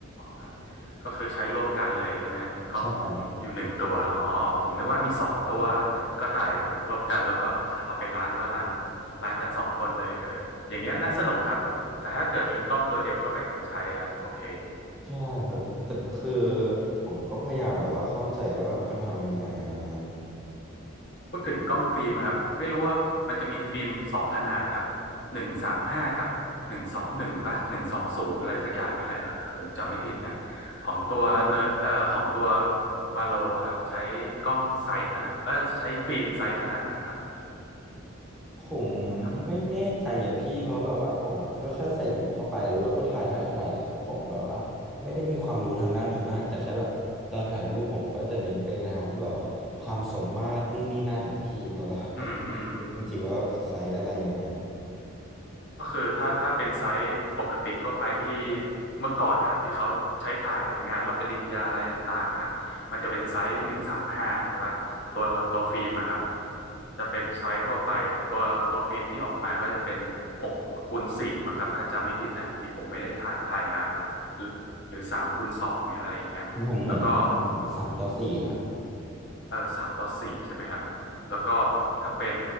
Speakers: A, on the left; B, in the centre.
A: ครับ ก็คือใช้ร่วมกันเลยใช่ไหมครับมีกล้องอยู่อยู่หนึ่งตัวอ๋อผมนึกว่ามีสองตัว
B: ใช่ครับ
A: ก็ถ่ายร่วมกันแล้วก็เอาไปล้างก็ล้างล้างกันสองคนเลยเอออย่างเงี้ยน่าสนุกครับแต่ถ้าเกิดมีกล้องตัวเดียวก็แบ่งกันใช้ครับโอเค
B: ใช่ครับแต่คือผมก็พยายามแบบว่าเข้าใจว่ามันทำยังไงอะไรเงี้ย
A: พูดถึงกล้องฟิล์มครับไม่รู้ว่ามันจะมีฟิล์มสองขนาดครับหนึ่งสามห้ากับหนึ่งสองหนึ่งป่ะหนึ่งสองศูนย์อะไรสักอย่างนี่แหละผมจำไม่ผิดนะของตัวเนอเอ่อของตัววาโลครับใช้กล้องไซส์ขนาดเออใช้ฟิล์มไซส์ขนาดไหนครับ
B: ผม
A: ครับ
B: ไม่แน่ใจอ่ะพี่เพราะแบบว่าผมอะก็แค่ใส่ฟิล์มเข้าไปแล้วเราก็ถ่ายถ่ายถ่ายเลยอะผมแบบว่าไม่ได้มีความรู้ทางด้านนี้มากแต่แค่แบบตอนถ่ายรูปผมก็จะเน้นไปในทางที่แบบว่าความสมมาตรนู่นนี่นั่นอ่ะพี่เพราะว่า
A: อืมอืม
B: จริงๆว่าไซส์อะไรยังไง
A: ก็คือถ้าถ้าเป็นไซส์ปกติทั่วไปที่เมื่อก่อนนะครับที่เขาใช้ถ่ายงานรับปริญญาอะไรต่างๆนะครับมันจะเป็นไซส์หนึ่งสามห้าใช่ปะตัวตัวฟิล์มอะครับจะเป็นไซส์ทั่วไปตัวตัวฟิล์มที่ออกมาก็จะเป็นหกคูณสี่มั้งครับถ้าจำไม่ผิดนะอันนี้ผมไม่ได้ถ่ายถ่ายนานละหรือหรือสามคูณสองเนี่ยอะไรอย่างเงี้ยแล้วก็
B: ของผมเหมือนสามต่อสี่ครับ
A: เออสามต่อสี่ใช่ไหมครับแล้วก็ถ้าเป็น